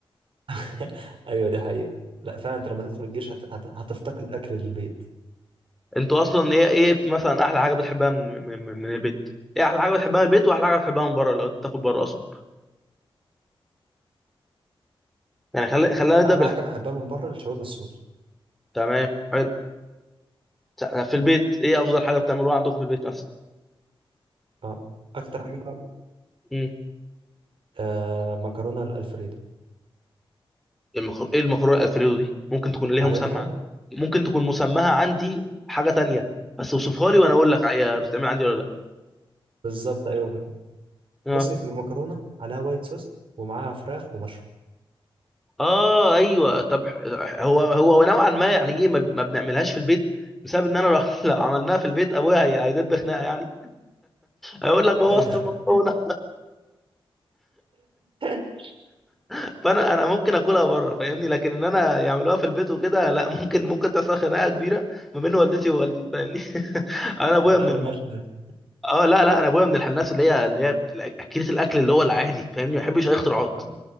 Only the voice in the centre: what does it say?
انتوا اصلا ايه ايه مثلا احلى حاجه بتحبها من, من, من من البيت ايه احلى حاجه بتحبها من البيت واحلى حاجه بتحبها من بره لو انت تاكل بره اصلا يعني خلي خلينا نبدا
بالحب
تمام حلو ت- في البيت ايه افضل حاجه بتعملوها عندكم في البيت مثلا
امم
المخ... ايه المكرونه الالفريدو دي ممكن تكون ليها
مسمى عندي ممكن تكون مسماها عندي حاجه تانية بس اوصفها لي وانا اقول لك هي بتتعمل عندي ولا لا
اه
اه ايوه طب ح- هو هو نوعا ما يعني ايه ما ما بنعملهاش في البيت بسبب ان انا لو <laughs> لو عملناها في البيت ابويا هي- هيدب خناقه يعني هيقول لك بوظت
المكرونه
<laughs> فانا انا ممكن اكلها بره فاهمني لكن ان انا يعملوها في البيت وكده لا ممكن ممكن تحصل خناقه كبيره ما بين والدتي ووالدي فاهمني <laughs> انا ابويا
من الم...
اه لا لا انا ابويا من الح- الناس اللي هي اللي هي اكله الاكل اللي هو العادي فاهمني ما بيحبش اي اختراعات